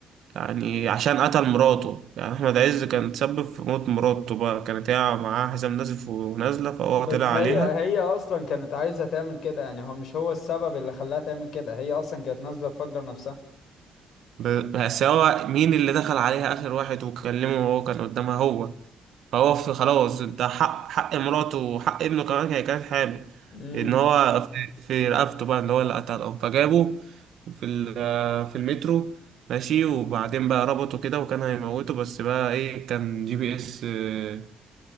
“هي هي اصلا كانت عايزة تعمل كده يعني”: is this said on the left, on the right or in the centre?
Left